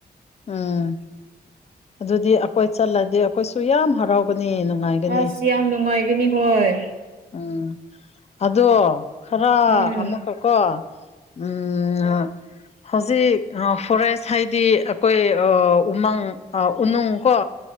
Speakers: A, on the left; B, on the right.
A: ꯎꯝ ꯑꯗꯨꯗꯤ ꯑꯈꯣꯏ ꯆꯠꯂꯗꯤ ꯑꯈꯣꯏꯁꯨ ꯌꯥꯝ ꯍꯔꯥꯎꯒꯅꯤ ꯅꯨꯡ ꯉꯥꯏꯒꯅꯤ
B: ꯑꯁ ꯌꯥꯝ ꯅꯨꯡꯉꯥꯏꯒꯅꯤ ꯍꯣꯏ
A: ꯎꯝ ꯑꯗꯣ ꯈꯔ
B: ꯎꯝ
A: ꯑꯃꯨꯛꯀꯀꯣ ꯎꯝ ꯍꯧꯖꯤꯛ ꯉ ꯐꯣꯔꯦꯁ ꯍꯥꯏꯗꯤ ꯑꯀꯣꯏ ꯑꯥ ꯎꯃꯪ ꯑꯥ ꯎꯅꯨꯡ ꯀꯣ